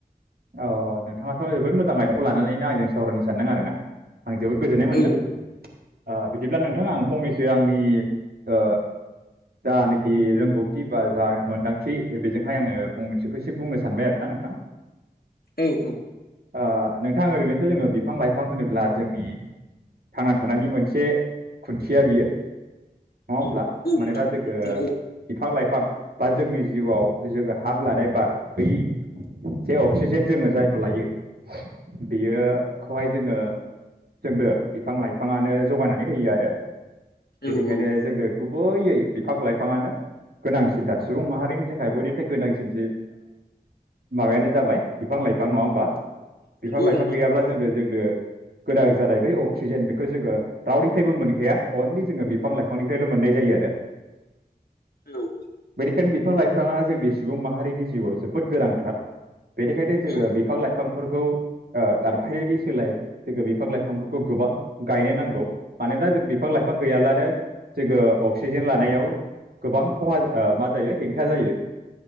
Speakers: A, on the right (about 75°); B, on the left (about 75°).
A: अ नोंथाङाथ' जोबोद मोजां आयदाखौ लानानैनो आंजों सावरायनो सानदों आरो ना आं जोबोद गोजोननाय मोनदों
B: औ
A: ओ बिदिब्ला नोंथां आं फंनैसो जे आंनि ओ जानाखि रोंगौथि बा जा मोनदांथि बेजोंहाय आङो फंनैसोखौ एसे बुंनो सानबाय आरोना नोंथां।
B: औ औ।
A: ओ नोंथाङा ओरैनोथ' जोङो बिफां लाइफां होनोब्ला जोंनि थांनानै थानायनि मोनसे खुन्थिया बियो नङा होमब्ला?
B: नंगौ
A: मानोना
B: नोंथां
A: जोंगो
B: नंगौ
A: बिफां लाइफां बा बा जोंनि जिउआव जोङो हां लानाय बार बै जे अक्सिजेन जोङो जायखौ लायो बियोखौहाय जोङो जोंनो बिफां लाइफाङानो जगायनानै होयो आरो।
B: औ
A: दिबिखायनो
B: औ
A: जोंनो गुबैयै बिफां लाइफाङानो गोनांसिनथार सुबुं माहारिनि थाखाय बयनिफ्राय गोनांसिन माबायानो जाबाय बिफां लाइफां नङा होमबा?
B: नंगौ
A: बिफां लाइफां
B: नोंथां
A: गैयाब्ला जोङो जोंनो गोदान जानाय बै अक्सिजेन बेखौ जोङो रावनिफ्रायबो मोनखाया अनलि जोङो बिफां लाइफांनिफ्रायल मोननाय जायो आरो।
B: औ।
A: बेखायनो बिफां लाइफाङा जोंनि सुबुं माहारिनि जिउआव जोबोद गोनांथार। बेनिखायनो जोङो
B: औ
A: बिफां लाइफांफोरखौ ओ दादफायनि सोलाय जोङो बिफां लाइफांफोरखौ गोबां गायनो नांगौ मानोना जों बिफां लाइफां गैयाब्लानो जोङो अक्सिजेन लानायाव गोबां खहा मा जायो हेंथा जायो।